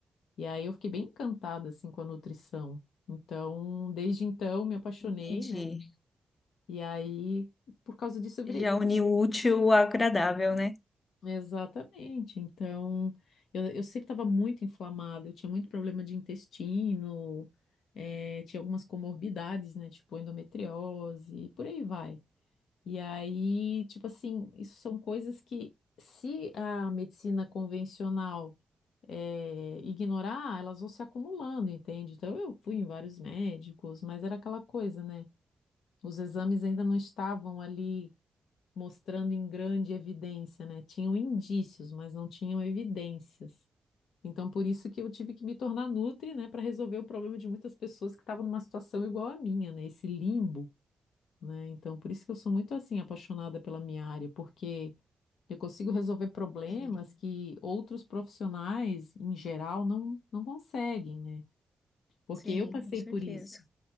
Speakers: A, on the left; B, on the left.
A: E aí eu fiquei bem encantada assim com a nutrição. Então, desde então me apaixonei,
B: entendi.
A: né? E aí, por causa disso, eu virei.
B: Já uni o útil ao agradável, né?
A: Exatamente. Então, eu, eu sempre estava muito inflamada, eu tinha muito problema de intestino, eh, tinha algumas comorbidades, né? Tipo endometriose, e por aí vai. E aí, tipo assim, isso são coisas que, se a medicina convencional eh, ignorar, elas vão se acumulando, entende? Então eu fui em vários médicos, mas era aquela coisa, né? Os exames ainda não estavam ali mostrando em grande evidência, né? Tinham indícios, mas não tinham evidências. Então por isso que eu tive que me tornar nutri, né, para resolver o problema de muitas pessoas que estavam numa situação igual à minha, né? Esse limbo né? Então, por isso que eu sou muito assim apaixonada pela minha área, porque eu consigo <laughs> resolver problemas
B: Sim,
A: que outros profissionais, em geral, não, não conseguem, né? Porque
B: sim,
A: eu passei
B: com certeza.
A: por isso,